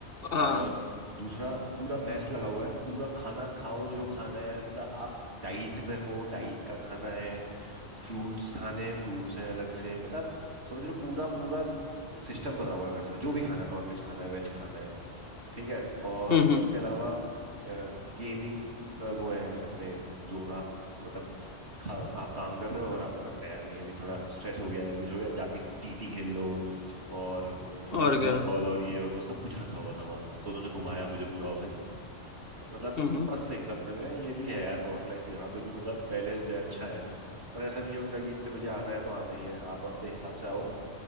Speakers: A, on the left (about 50°); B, on the right (about 60°).
A: हाँ
B: और दूसरा पूरा मैस लगा हुआ है पूरा खाना खाओ जो खाना है मतलब आप डाइट में हो डाइट का खाना है फ्रूट्स खाने हैं फ्रूट्स हैं अलग से मतलब समझ लो पूरा पूरा सिस्टम बना हुआ है वैसा जो भी खाना है नॉन वेज खाना है वेज खाना है ठीक है और
A: हम्म हम्म
B: उसके अलावा गेमिंग वो है अपने जोन आप मतलब खा, आप काम कर रहे हो और आपको लगता है यार नहीं अभी थोड़ा स्ट्रेस हो गया है कुछ हो गया जाके टीटी खेल लो और फूज
A: और क्या
B: बॉल और ये और वो सब कुछ रखा हुआ था वहाँ तो उन्होंने घुमाया मुझे पूरा ऑफिस मतलब
A: हम्म
B: मस्त एकदम मैंने कहा ये भी है यार वर्क लाइफ यहाँ पे भी मतलब बैलेंस्ड है अच्छा है और ऐसा नहीं है उनका कि इतने बजे आना है तो आना ही है आप अपने हिसाब से आओ